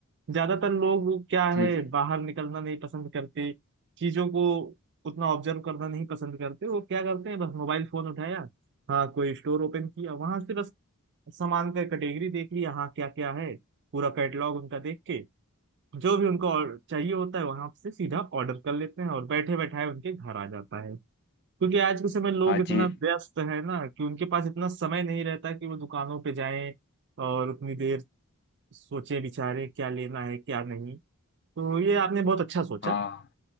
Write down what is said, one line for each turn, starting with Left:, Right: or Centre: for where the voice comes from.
Right: ज्यादातर लोग क्या
Left: जी
Right: है
Left: जी
Right: बाहर निकलना नहीं पसंद करते चीजों को उतना ऑब्जर्व करना नहीं पसंद करते वो क्या करते हैं बस मोबाइल फोन उठाया हाँ कोई स्टोर ओपन किया वहां से बस सामान का कैटेगरी देख लिया हाँ क्या क्या है पूरा कैटलॉग उनका देख के जो भी उनको और चाहिए होता है वहां से सीधा ऑर्डर कर लेते हैं और बैठे बैठाए उनके घर आ जाता है क्योंकि आज के समय लोग
Left: हाँ
Right: इतना
Left: जी
Right: व्यस्त है ना कि उनके पास इतना समय नहीं रहता कि वो दुकानों पे जाएं और उतनी देर सोचे विचारे क्या लेना है क्या नहीं तो ये आपने बहुत अच्छा सोचा
Left: हाँ